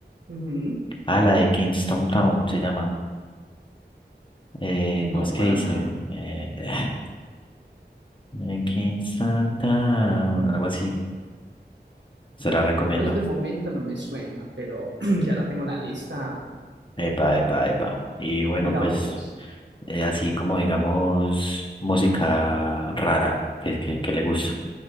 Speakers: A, on the right; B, on the left.
A: Ujú,
B: Ah, la de Kingston Town se llama. Eh,
A: No,
B: ¿cómo es que
A: para
B: dice?
A: nada.
B: Eh, <sighs> eh, Kingston Town, algo así. Se la recomiendo.
A: Al menos de momento no me suena, pero <clears throat> ya la tengo en la lista.
B: Epa, epa, epa. Y bueno,
A: Mira
B: pues
A: vos.
B: eh, así como digamos música rara que, que, que le gusta.